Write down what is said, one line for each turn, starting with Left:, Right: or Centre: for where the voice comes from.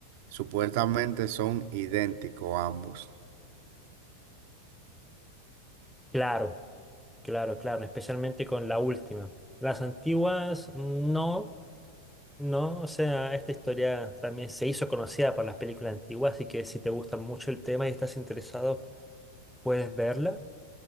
Right: supuestamente son idénticos ambos.
Centre: Claro, claro, claro, especialmente con la última. Las antiguas mm, no, no, o sea, esta historia también se hizo conocida por las películas antiguas, así que si te gusta mucho el tema y estás interesado, puedes verla.